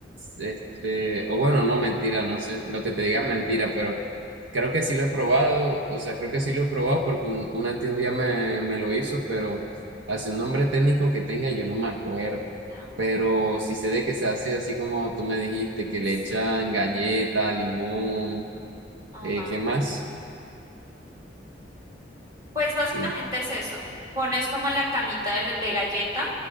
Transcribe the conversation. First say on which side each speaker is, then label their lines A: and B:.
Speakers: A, on the right; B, on the right.
A: este, o bueno, no mentira, no sé, lo que te diga es mentira, pero Creo que sí lo he probado, o sea, creo que sí lo he probado porque un- una tía un día me, me lo hizo, pero hace un nombre técnico que tenga, yo no me acuerdo.
B: Ya.
A: Pero sí sé de que se hace así como tú me dijiste, que le
B: Sí.
A: echan galleta, limón,
B: Ajá.
A: eh, ¿qué más?
B: Pues básicamente
A: Y,
B: es eso. Pones como la camita de, de galleta